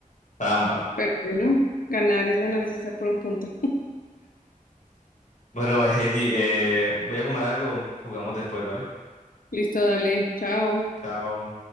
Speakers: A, on the left (about 60°); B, on the left (about 80°).
A: Trampa.
B: Pero bueno, ganar es ganar, es esa por un punto.
A: Bueno, Heidi, eh, voy a comer algo. Jugamos después, ¿vale?
B: Listo, dale, chao.
A: Chao.